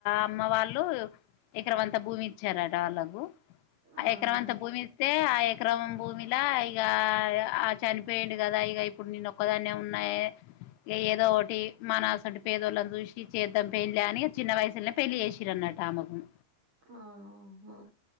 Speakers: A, on the left; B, on the right.
A: అమ్మ వాళ్ళు ఉ ఎకారం వంత భూమి ఇచ్చారట వాళ్లకు ఆ
B: అవునా
A: ఎకరం అంత భూమి ఇస్తతే ఆ ఎకరం భూమిలా ఈగ ఆ చనిపోయిడు కదా ఇక ఇప్పుడు నేను ఒక్కదాన్నే ఉన్నాయి ఏదో ఒకటి మనసటు పేదోళ్ళం చూసి చేద్దాం పెళ్లి అని చిన్న వయసులోనే పెళ్లిి చేసిన్రు అన్నట తామం <unintelligible>
B: అవునా హ